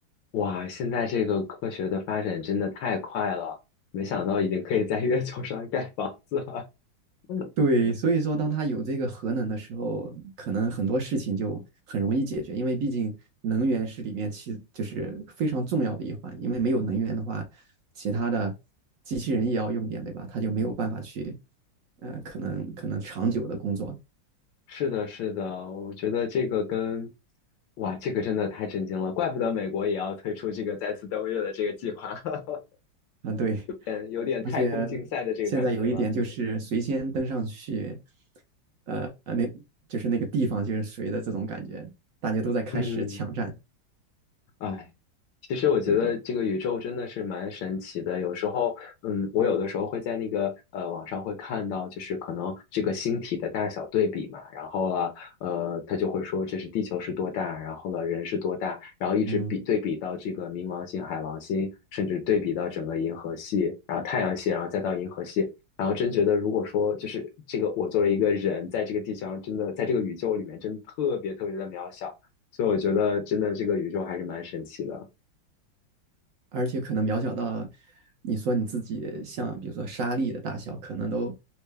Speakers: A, on the left; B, on the right.
A: 哇，现在这个科学的发展真的太快了，没想到已经可以在月球上盖房子了。<laughs> 嗯
B: 对，所以说，当他有这个核能的时候，可能很多事情就很容易解决，因为毕竟能源是里面其就是非常重要的一环，因为没有能源的话，其他的机器人也要用电，对吧？他就没有办法去，呃，可能可能长久的工作
A: 是的，是的，我觉得这个跟，哇，这个真的太震惊了，怪不得美国也要推出这个再次登月的这个计划，<laughs>
B: 啊，对，
A: 嗯有点太空竞赛的这个感觉了。
B: 而且现在有一点就是谁先登上去，呃，那就是那个地方就是谁的这种感觉，大家都在开始抢占，
A: 嗯。哎，其实我觉得这个宇宙真的是蛮神奇的。
B: 对，
A: 有时候，嗯，我有的时候会在那个呃网上会看到，就是可能这个星体的大小对比嘛，然后了，呃，他就会说这是地球是多大，然后了人是多大，然后一直比对比到这个冥王星、
B: 嗯。
A: 海王星，甚至对比到整个银河系，然后太阳系，然后再到银河系。然后真觉得，如果说就是这个，我作为一个人，在这个地球上，真的在这个宇宙里面，真的特别特别的渺小。所以我觉得真的这个宇宙还是蛮神奇的，
B: 而且可能渺小到你说你自己像比如说沙粒的大小，可能都